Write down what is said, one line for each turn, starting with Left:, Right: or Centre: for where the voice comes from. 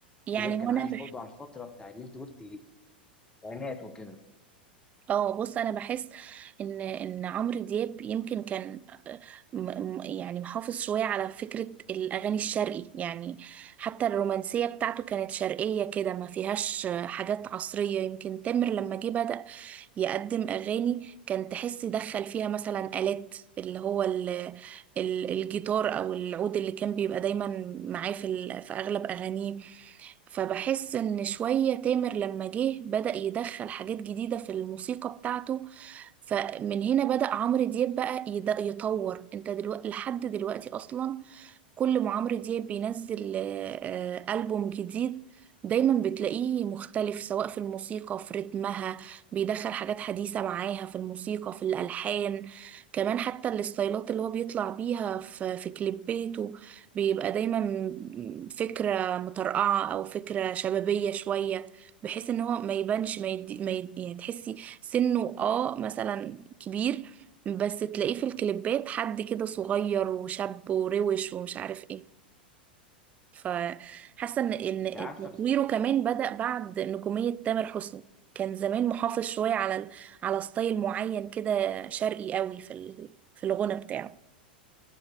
Right: يعني
Left: عمرو دياب
Right: هنا
Left: كان عايش برضه على الفترة بتاع اللي أنت قلت التسعينات وكده
Right: اه بص انا بحس ان ان عمرو دياب يمكن كان آه، م- م- يعني محافظ شويه على فكره الاغاني الشرقي يعني حتى الرومانسيه بتاعته كانت شرقيه كده ما فيهاش حاجات عصريه يمكن تامر لما جه بدأ يقدم اغاني كان تحس دخل فيها مثلا آلات اللي هو ال ال الجيتار او العود اللي كان بيبقى دايما معاه في ال- في اغلب اغانيه فبحس ان شوية تامر لما جه بدأ يدخل حاجات جديدة في الموسيقى بتاعته فمن هنا بدأ عمرو دياب بقى يد- يطور انت دلوقتي لحد دلوقتي اصلا كل ما عمرو دياب بينزل آه، آه، ألبوم جديد دايما بتلاقيه مختلف سواء في الموسيقى في رتمها بيدخل حاجات حديثة معاها في الموسيقى في الألحان كمان حتى الستايلات اللي هو بيطلع بيها في, في كليباته بيبقى دايما فكرة مطرقعة أو فكرة شبابية شوية بحيث ان هو ما يبانش ما, يدي ما يدي يعني تحسي سنه اه مثلا كبير بس تلاقيه في الكليبات حد كده صغير وشاب وروش ومش عارف ايه فحاسه ان ان
Left: أنت عارفة
Right: تطويره كمان بدأ بعد نجوميه تامر حسني كان زمان محافظ شويه على ال- على ستايل معين كده شرقي قوي في ال- في الغنى بتاعه